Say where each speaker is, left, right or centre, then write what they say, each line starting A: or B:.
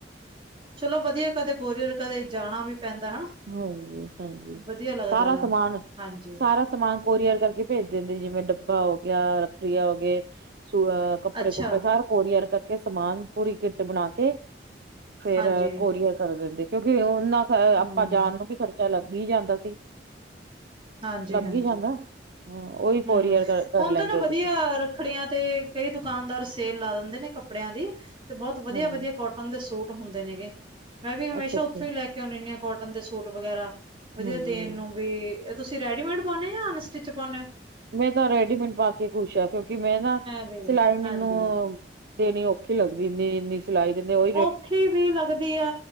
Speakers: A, on the right; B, on the right.
A: ਚਲੋ ਵਧੀਆ ਕਦੇ ਕੋਰੀਅਰ ਕਦੇ ਜਾਣਾ ਵੀ ਪੈਂਦਾ ਹਨਾ
B: ਹਾਂਜੀ ਹਾਂਜੀ,
A: ਵਧੀਆ ਲੱਗਦਾ
B: ਸਾਰਾ
A: ਗਾ।
B: ਸਮਾਨ
A: ਹਾਂਜੀ,
B: ਸਾਰਾ ਸਮਾਨ ਕੋਰੀਅਰ ਕਰਕੇ ਭੇਜ ਦਿੰਦੇ, ਜਿਵੇਂ ਡੱਬਾ ਹੋ ਗਿਆ ਰੱਖੜਆ ਹੋ ਗਏ ਸਹ ਕੱਪੜੇ-ਕੁੱਪੜੇ
A: ਅੱਛਾ,
B: ਸਾਰੇ ਕੋੋਰੀਅਰ ਕਰਕੇ ਸਮਾਨ ਪੂਰੀ ਕਿੱਟ ਬਣਾ ਕੇ ਫੇਰ
A: ਹਾਂਜੀ,
B: ਕੋਰੀਅਰ ਕਰ ਦਿੰਦੇ, ਕਿਉਂਕਿ ਉਹਨਾਂ ਆਪਾਂ
A: ਹੂੰ,
B: ਜਾਣ ਨੂੰ ਵੀ ਖਰਚਾ ਲੱਗ ਹੀ ਜਾਂਦਾ ਸੀ।
A: ਹਾਂਜੀ-ਹਾਂਜੀ।
B: ਲੱਗ ਹੀ ਜਾਂਦਾ। ਹ ਉਹੀ
A: ਹੂੰ,
B: ਕੋਰੀਅਰ ਕਰ
A: ਹੁਣ ਤਾਂ
B: ਲੈਂਦੇ
A: ਨਾ
B: ਉਦੇ
A: ਵਧੀਆ
B: ਸੀ।
A: ਰੱਖੜੀਆਂ ਤੇ ਕਈ ਦੁਕਾਨਦਾਰ ਸੇਲ ਲਾ ਦਿੰਦੇ ਨੇ ਕੱਪੜਿਆਂ ਦੀ, ਤੇ ਬਹੁਤ ਵਧੀਆ
B: ਹਾਂਜੀ
A: ਵਧੀਆ ਕੋਟ ਕੋਟਨ ਦੇ ਸੂਟ ਹੁੰਦੇ ਨੇਗੇ। ਮੈਂ ਵੀ ਹਮੇਸ਼ਾ
B: ਅੱਛਾ ਅੱਛਾ
A: ਉੱਥੋਂ ਹੀ ਲੈ ਕੇ ਆਦੀ ਹੁੰਦੀਆ ਕੋਟਨ ਦੇ ਸੂਟ ਵਗੈਰਾ ਵਧੀਆ
B: ਹਾਂਜੀ
A: ਦੇਣ
B: ਹਾਂਜੀ।
A: ਨੂੰ ਵੀ ਤੁਸੀਂ ਰੈਡੀਮੇਡ ਪਾਨੇਓ ਆ ਜਾਂ ਅਨਸਟਿਚ ਪਾਨੇਓ?
B: ਮੈਂ ਤਾਂ ਰੈਡੀਮੇਟ ਪਾ ਕੇ ਖੁਸ਼ ਆ ਕਿਉਂਕਿ ਮੈਂ ਨਾ,
A: ਵੀ
B: ਸਿਲਾਈ
A: ਹਾਂਜੀ।
B: ਮੈਨੂੰ ਦੇਣੀ ਔਖੀ ਲੱਗਦੀ ਇੰਨੀ-ਇੰਨੀ। ਚਲਾਈ ਦਿੰਦੇ ਉਹ
A: ਔਖੀ ਵੀ ਲੱਗਦੀ ਆ